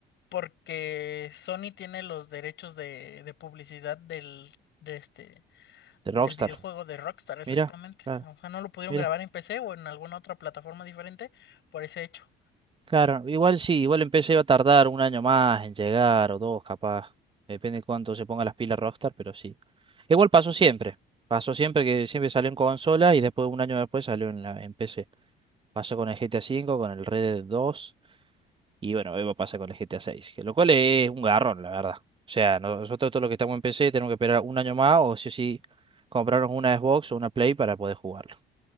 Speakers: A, on the left (about 65°); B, on the right (about 25°).
A: porque Sony tiene los derechos de, de publicidad del, de este,
B: de
A: del
B: Rockstar.
A: videojuego de Rockstar, exactamente.
B: Mira, claro,
A: O sea, no lo pudieron
B: mira.
A: grabar en PC o en alguna otra plataforma diferente por ese hecho.
B: Claro, igual sí, igual el PC iba a tardar un año más en llegar o dos, capaz. Depende de cuánto se ponga las pilas Rockstar, pero sí. Igual pasó siempre. Pasó siempre que siempre salió en consola y después un año después salió en, la, en PC. Pasó con el GTA V, con el Red Dead 2 y bueno, hoy va a pasar con el GTA 6, que lo cual es un garrón, la verdad. O sea, nosotros todos los que estamos en PC tenemos que esperar un año más o sí o sí comprarnos una Xbox o una Play para poder jugarlo.